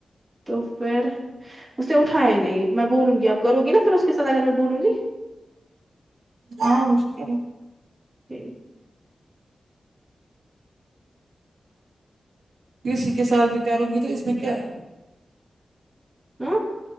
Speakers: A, on the right; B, on the right.
A: توپھر اس نے اٹھیا ہی نہیں میں بولوں گی آپ کرونگی نا پھر اس کے سات اگر میں بولوں گی
B: ہاں مشکل ہے
A: ٹھیک ہے
B: کسی کے ساتھ بھی کرو گی تو اس میں کیا ہے
A: ہو